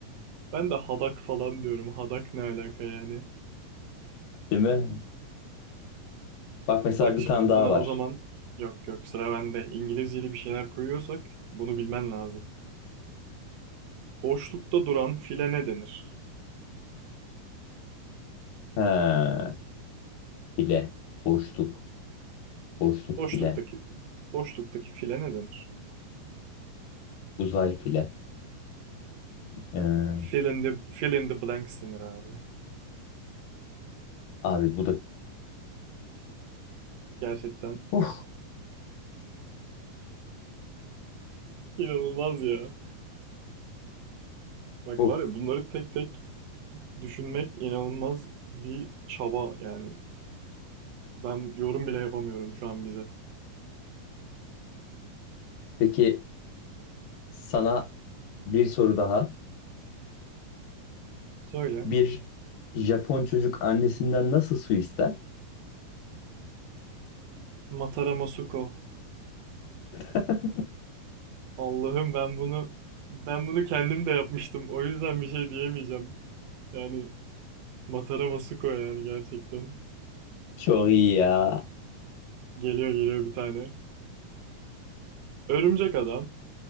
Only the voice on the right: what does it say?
Ben de hadak falan diyorum. Hadak ne alaka yani?
Bak
şimdi
sana
o zaman yok yok sıra bende. İngilizceli bir şeyler koyuyorsak bunu bilmen lazım. Boşlukta duran file ne denir?
Boşluktaki
boşluktaki file ne denir?
Fill in the, fill in the blanks denir abi.
Gerçekten
inanılmaz ya. Bak
var ya bunları tek tek düşünmek inanılmaz bir çaba yani. Ben yorum bile yapamıyorum şu an bize.
Söyle.
Matara Masuko.
Allah'ım ben bunu ben bunu kendim de yapmıştım. O yüzden bir şey diyemeyeceğim. Yani Matara Masuko yani gerçekten.
Geliyor geliyor bir tane. Örümcek adam.